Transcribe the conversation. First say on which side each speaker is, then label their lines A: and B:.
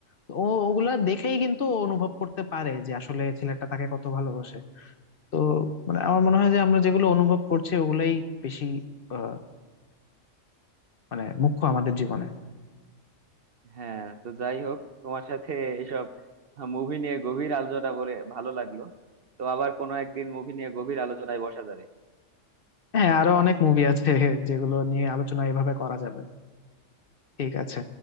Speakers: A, on the left; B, on the right.
A: তো ও ওগুলা দেখেই কিন্তু ও অনুভব করতে পারে যে আসলে ছেলেটা তাকে কত ভালোবাসে তো মানে আমার মনে হয় যে আমরা যেগুলো অনুভব করছি ওগুলাই বেশি আহ, মানে মুখ্য আমাদের জীবনে
B: হ্যাঁ তো যাই হোক তোমার সাথে এসব মুভি নিয়ে গভীর আলোচনা বলে ভালো লাগলো তো আবার কোনো একদিন মুভি নিয়ে গভীর আলোচনায় বসা যাবে
A: হ্যাঁ আরো অনেক মুভি আছে যেগুলো নিয়ে আলোচনা এভাবে করা যাবে ঠিক আছে